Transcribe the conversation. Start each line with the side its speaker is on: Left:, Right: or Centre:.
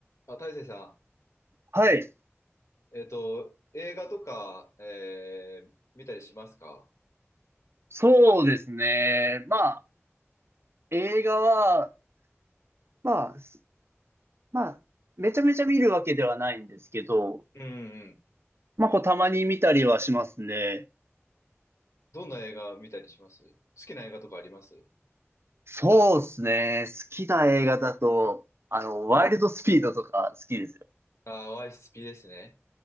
Left: あ、大成さ
Right: はい。
Left: ん、えっと、映画とか、えー見たりしますか
Right: そうですね。まあ、映画は、まあ、すまあ、めちゃめちゃ見るわけではないんですけど、
Left: うんうん。
Right: まあ、こう、たまに見たりはしますね。
Left: どんな映画見たりします好きな映画とかあります
Right: そうですね。好きな映画だと、あの、ワイルドスピードとか好きですよ。
Left: ああー、YSP ですね。